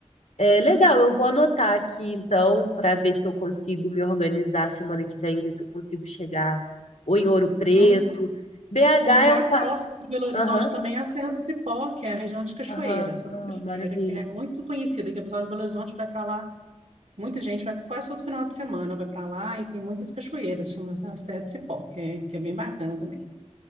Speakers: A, on the left (about 85°); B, on the right (about 75°).
A: É legal, eu vou anotar aqui então para ver se eu consigo me organizar semana que vem, ver se eu consigo chegar ou em Ouro Preto.
B: Eu não
A: BH
B: Um lugar
A: é um pa...
B: próximo de Belo Horizonte
A: Aham,
B: também é a Serra do Cipó, que é a região de Cachoeira,
A: aham,
B: só tem
A: ah,
B: Cachoeira,
A: maravilha.
B: que é muito conhecida, que o pessoal de Belo Horizonte vai para lá, muita gente vai quase todo final de semana, vai para lá e tem muitas cachoeiras, chama a Serra do Cipó, que é, que é bem bacana também.